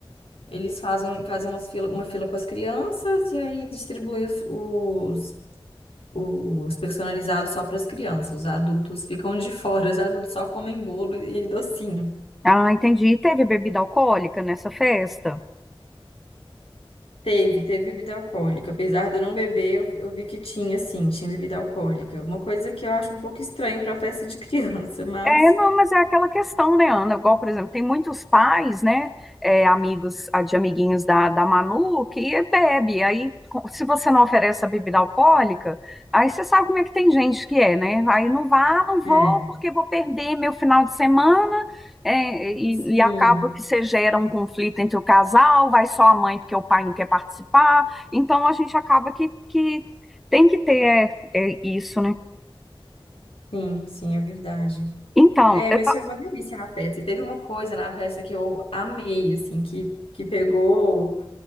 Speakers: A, on the left (about 80°); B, in the centre.
A: Eles fazem, fazem umas fila- uma fila com as crianças e aí distribuem os, os, os personalizados só para as crianças. Os adultos ficam de fora, os adultos só comem bolo e, e docinho.
B: Ah, entendi. E teve bebida alcoólica nessa festa?
A: Teve, teve bebida alcoólica. Apesar de eu não beber, eu, vi- eu vi que tinha, sim, tinha bebida alcoólica. Uma coisa que eu acho um pouco estranho para festa de <laughs> criança, mas.
B: É, não, mas é aquela questão, né, Ana? Igual, por exemplo, tem muitos pais, né, é, amigos, ah, de amiguinhos da, da Manu, que bebe. Aí, co- se você não oferece a bebida alcoólica, aí você sabe como é que tem gente que é, né? Aí não vá, não vou,
A: É.
B: porque vou perder meu final de semana, é, e,
A: Sim,
B: e acaba que você gera um conflito entre o casal, vai só a mãe porque o pai não quer participar. Então, a gente acaba que, que tem que ter é, é, isso, né?
A: sim, sim, é verdade.
B: Então,
A: É,
B: eu
A: mas foi uma delícia a festa. E teve uma coisa na festa que eu amei, assim, que, que pegou.